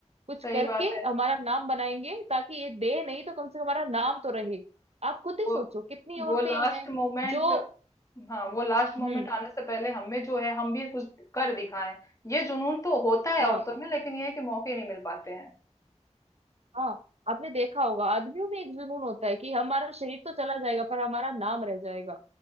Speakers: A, on the right; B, on the left.
A: कुछ
B: सही
A: करके
B: बात है
A: हमारा नाम बनाएंगे ताकि ये देह नहीं तो कम से कम हमारा नाम तो रहे आप खुद ही
B: वो
A: सोचो कितनी
B: वो
A: औरतें
B: लास्ट
A: हैं
B: मोमेंट
A: जो
B: हाँ वो लास्ट
A: हम्म
B: मोमेंट आने से पहले हमें जो है हम भी कुछ कर दिखाएं ये जुनून तो होता है
A: हाँ
B: औरतों में लेकिन ये है कि मौके नहीं मिल पाते हैं
A: हाँ आपने देखा होगा आदमियों में एक जुनून होता है कि हमारा शरीर तो चला जाएगा पर हमारा नाम रह जाएगा